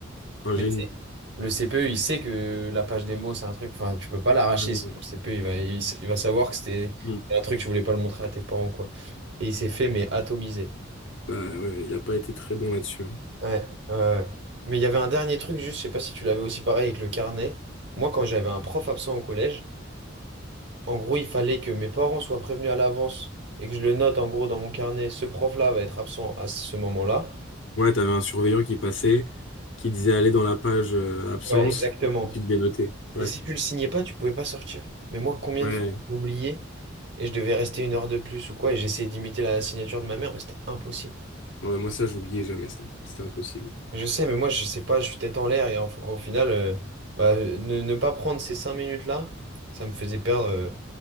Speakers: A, on the left (about 65°); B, on the right (about 60°).
A: Un
B: Mais
A: génie.
B: tu sais, le CPE, il sait que la page démo, c'est un truc, enfin, tu peux pas l'arracher,
A: Euh,
B: sinon le CPE, il va, il, s- il va savoir que c'était
A: hmm.
B: un truc, tu voulais pas le montrer à tes parents, quoi. Et il s'est fait, mais atomiser.
A: Bah ouais, il a pas été très bon là-dessus. hein.
B: Ouais, ouais, ouais. Mais il y avait un dernier truc, juste, je sais pas si tu l'avais aussi pareil avec le carnet. Moi, quand j'avais un prof absent au collège, en gros, il fallait que mes parents soient prévenus à l'avance et que je le note, en gros, dans mon carnet, ce prof-là va être absent à ce moment-là.
A: Ouais, t'avais un surveillant qui passait, qui disait aller dans la page euh, absence,
B: Ouais, exactement.
A: et tu devais noter. Ouais,
B: Et si tu le signais pas, tu pouvais pas sortir. Mais moi, combien
A: ouais.
B: de fois j'ai oublié et je devais rester une heure de plus ou quoi, et j'essayais d'imiter la signature de ma mère, mais c'était impossible.
A: Ouais, moi ça, j'oubliais jamais ça. C'était impossible.
B: Je sais, mais moi, je sais pas, je suis tête en l'air et en- au final, euh, bah, ne, ne pas prendre ces cinq minutes-là, ça me faisait perdre euh,